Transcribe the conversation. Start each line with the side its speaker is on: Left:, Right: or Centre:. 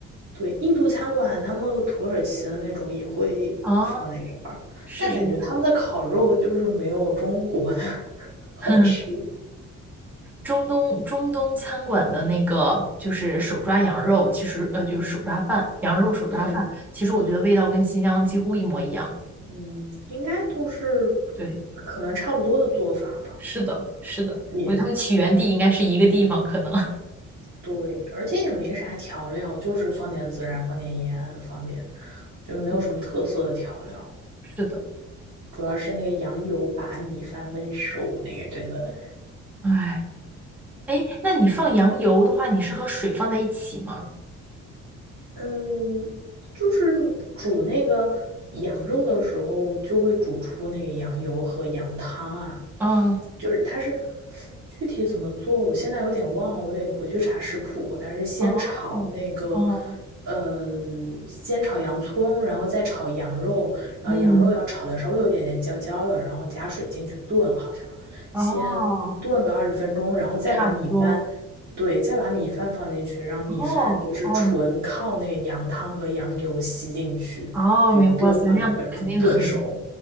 Right: 对，印度餐馆他们和土耳其的那种也会放在一块儿，
Centre: 啊，<laughs> 是是是，
Right: 但感觉他们的烤肉就是没有中国的 <laughs> 好吃。
Centre: <laughs> 中东中东餐馆的那个就是手抓羊肉，其实呃就是手抓饭，
Right: 嗯
Centre: 羊肉手抓饭，
Right: 嗯嗯
Centre: 其实我觉得味道跟新疆几乎一模一样。
Right: 嗯，应该都是
Centre: 对，
Right: 可能差不多的做法吧。
Centre: 是的，是的，
Right: 也。
Centre: 我觉得他们起源地应该是一个地方，可能
Right: 对，而且也没啥调料，就是放点孜然，放点盐，放点，就没有什么特色的调料，
Centre: <laughs> 是的，是的，
Right: 主要是那个羊油把米饭焖熟，那个真的，
Centre: 哎哎，那你放羊油的话，你是和水放在一起吗？
Right: 嗯，就是煮那个羊肉的时候，就会煮出那个羊油和羊汤啊，
Centre: 嗯。
Right: 就是它是具体怎么做，我现在有点忘了，我得回去查食谱。它是先炒那个，
Centre: 哦，哦，
Right: 呃，先炒洋葱，然后再炒羊肉，然后羊肉要炒的稍微有点点焦焦的，
Centre: 嗯，
Right: 然后加水进去炖，好像先炖个二十分钟，
Centre: 哦，
Right: 然后再把米饭，
Centre: 差不多，
Right: 对，再把米饭放进去，让米饭就是纯靠那个羊汤和羊油吸进去，
Centre: 哦，哦，哦，
Right: 就炖二十分钟，
Centre: 明，哇塞，那样肯定很
Right: 炖熟。